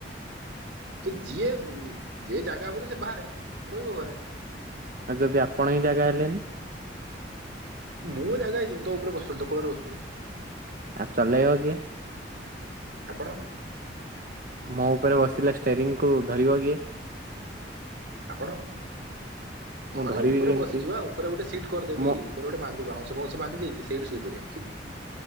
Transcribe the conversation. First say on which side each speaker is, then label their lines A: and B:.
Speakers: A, on the right; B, on the right.
A: ତ ଯିଏ ଯିଏ ଜାଗା ହବନି ସେ ବାହାରେ ରହିବ ଘରେ
B: ଆଉ ଯଦି ଆପଣ ହିଁ ଜାଗା ହେଲେନି
A: ମୁଁ ଜାଗା ହେଇଛିି ତ ଉପରେ ବସୁ ତ କୁଳ ବୁ
B: ଆଉ ଚଲେଇବ କି
A: ଆପଣ
B: ମୋ ଉପରେ ବସିଲା ଷ୍ଟୋରଙ୍ଗ କୁ ଧରିବ କିଏ
A: ଆପଣ ନହ
B: ମୁଁ
A: ନ
B: ଧରିବି
A: ଉପରେ
B: କେମିତି
A: ବସିଯିବା ଉପରେ ଗୋଟେ ସିଟ କରିଦେବି
B: ମୁଁ
A: ଉପରେ ଗୋଟେ ବାନ୍ଧିବଉଁଶଁଶ ବାଧି ଦେଇକ ସେଠୁ ଶୋଇ ପଡଆ